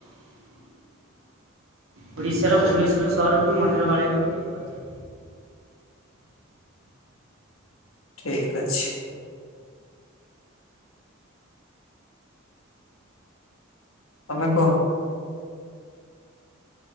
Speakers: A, on the right; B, on the left.
A: ଓଡ଼ିଶାର ଭୁବନେଶ୍ୱର ସହରକୁ ମନ୍ଦିର ମାଳିନୀ ବୋଲି କୁହାଯାଏ।
B: ଠିକ୍ ଅଛି। ତମେ କୁହ?